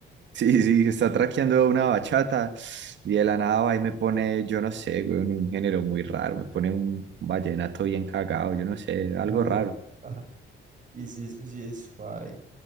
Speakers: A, on the right; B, on the right.
A: Sí, sí, está
B: Y,
A: traqueando una bachata y de la nada va y me pone, yo no sé, güey, un género muy raro, me pone un vallenato bien cagado, yo no sé, algo
B: ah,
A: raro.
B: ajá, y sí, eso sí es suave.